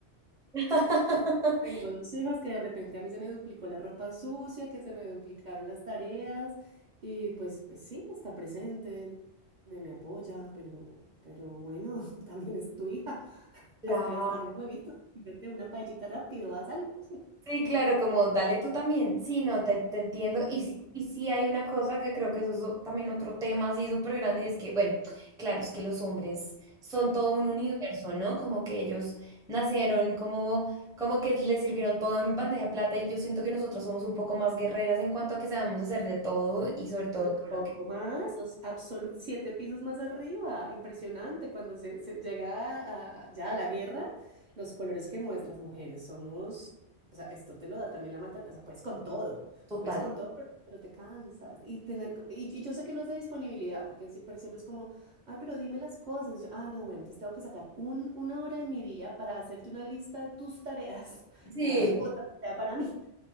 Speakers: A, in the centre; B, on the right.
A: <laughs>
B: Tengo dos hijos que de repente a mí se me duplicó la ropa sucia, que se me duplicaron las tareas y pues pues sí, está presente, me, me apoya, pero, pero bueno, <laughs> también es tu hija,
A: Claro.
B: hazte, hazte unos huevitos, fíjate una paellita rápido, haz algo.
A: Sí, claro, como dale tú también. Sí, no, te, te entiendo.
B: Sí.
A: Y, sí- y sí hay una cosa que creo que eso es o- también otro tema así súper grande y es que, bueno, claro, es que los hombres son todo un universo, ¿no? Como que ellos nacieron, como, como que les sirvieron todo en bandeja de plata y yo siento que nosotras somos un poco más guerreras en cuanto a que sabemos hacer de todo y sobre todo
B: Un
A: todo
B: poco
A: lo que...
B: más, o sea, absolu- siete pisos más arriba, impresionante. Cuando se, se llega a- a- ya a la guerra, los colores que muestran las mujeres somos, o sea, esto te lo da también la mata, o sea, puedes con todo,
A: Total.
B: puedes con todo, pero, pero te cansas. Y tener, co- y, y yo sé que no es de disponibilidad, porque siempre, siempre es como, ay, pero dime las cosas. Yo, ah, no, bueno, entonces tengo que sacar un, una hora de mi día para hacerte una lista de tus tareas, <laughs>
A: Sí,
B: o sea, otra tarea para mí.